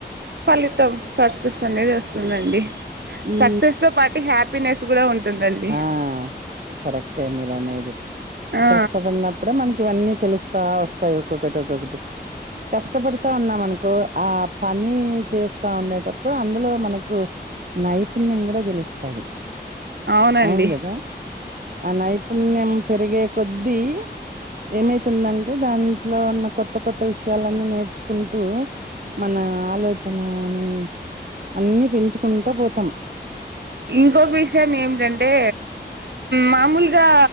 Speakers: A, on the right (about 70°); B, on the right (about 55°).
A: ఫలితం సక్సెస్ అనేది వస్తుందండి
B: ఈ
A: సక్సెస్ తో పాటు హ్యాపీనెస్ కూడా ఉంటుందండి
B: ఆ! కరెక్టే మీరు అనేది
A: ఆ
B: కష్టపడినప అప్పుడ మనకి ఇవన్నీ తెలుస్తా వస్తాయి ఒక్కొక్కటి ఒక్కొక్కటి కష్టపడతా ఉన్నాంనుకో ఆ పని చేస్తా ఉండేటప్పుడు అందులో మనకు నైపుణ్యం కూడా తెలుస్తుది
A: అవునండి
B: అవును కదా ఆ నైపుణ పుణ్యం పెరిగే కొద్దీ ఏమైతుందంటే దాంట్లో ఉన్న కొత్త కొత్త విషయాలన్నీ నేర్చుకుంటూ మన ఆలోచనని అన్ని పెంచుకుంటా పోతాం
A: ఇంకొక విషయం ఏమిటంటే మామూలుగా